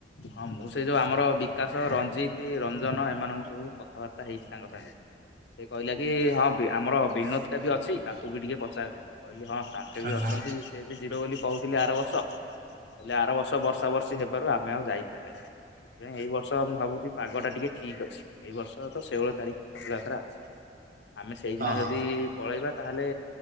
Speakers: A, on the left; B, on the right.
A: ହଁ ମୁଁ ସେ ଯୋଉ ଆମର ବିକାଶ ରଞ୍ଜିତ ରଞ୍ଜନ ଏମାନଙ୍କୁ ସବୁ କଥାବାର୍ତ୍ତା ହେଇଛି ତାଙ୍କ ସାଙ୍ଗେ। ସେ କହିଲା କି ହଁ ଆମର ବିନୋଦ ଟା ବି ଅଛି ତାକୁ ବି ଟିକେ ପଚାରିଦଉ କହିଲି ହଁ। ତାଙ୍କେ
B: ହଁ
A: ବି ଅଛନ୍ତି
B: ହଁ
A: ସେ ବି ଯିବ ବୋଲି କହୁଥିଲେ ଆର ବର୍ଷ ହେଲେ ଆର ବର୍ଷ ବର୍ଷା ବର୍ଷୀ ହେବାରୁ ଆ ଆମେ ଆଉ ଯାଇପାରିଲେନି ସେଥିପାଇଁ ଏଇ ବର୍ଷ ମୁଁ ଭାବୁଛି ପାଗଟା ଟିକେ ଠିକ୍ ଅଛି ଏଇ ବର୍ଷ ତ ଷୋହଳ ତାରିଖ ରଥଯାତ୍ରା ଅଛି। ଆମେ ସେଇଦିନ
B: ହଁ
A: ଯଦି ପଳେଇବା ତାହେଲେ